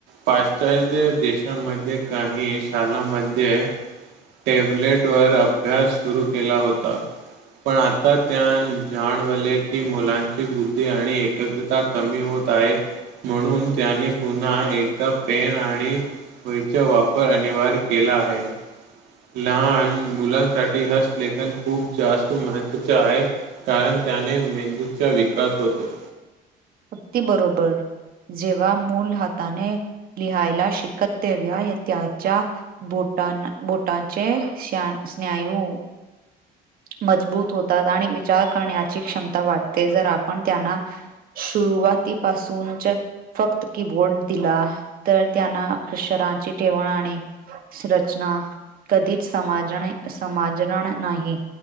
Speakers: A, on the right; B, on the right.
A: पा देशामध्ये काही शालामध्ये टॅब्लेटवरर अभ्यास सुरू केला होता पण आता त्या जाणवले की मुलांची बुद्धी आणि एकग्रता कमी होत आहे म्हणून त्यांनी पुन्हा एकदा पेन आणि होयचा वापर अनिवार्य केला आहे लहान मुलांसाठी हस्तलेखन खूप जास्त महत्वाचे आहे कारण त्याने मेंदूचा विकास होतो
B: अगदी बरोबर जेव्हा मूल हाताने लिहायला शिकत देव्या त्याच्या बोट <unintelligible> बोटाचे स्न-स्नायू मजबूत होतात आणि विचार करण्याची क्षमता वाटते जर आपण त्यांना शु सुरुवातीपासूनच फक्त कीबोर्ड दिला तर त्यांना अक्षरांची ठेवण आणि रचना कधीच समाजणे-समजणार नाही